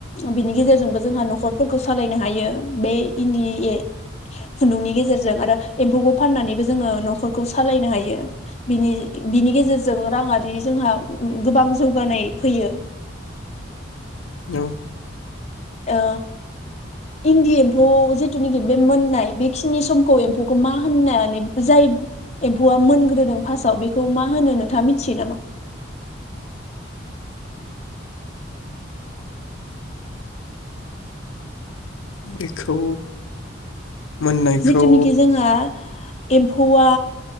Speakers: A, on the left; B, on the left.
A: बिनि गेजेरजोंबो जोंहा नखर फोरखौ सालायनो हायो बे इन्दि ए खुन्दुंनि गेजेरजों आरो एम्फौखौ फाननानैबो जोङो नखरखौ सालायनो हायो बिनि बिनि गेजेरजों राङारि जोंहा गोबां जौगानाय फैयो
B: औ
A: ओ इन्दि एम्फौ जिथुनेखि बे मोननाय बेखिनि समखौ एम्फौखौ मा होननानै जाय एम्फौआ मोनग्रोदों फार्स्टआव बेखौ मा होनो नोंथाङा मिथियो नामा
B: बेखौ मोननायखौ
A: जिथुनिखि जोंहा एम्फौआ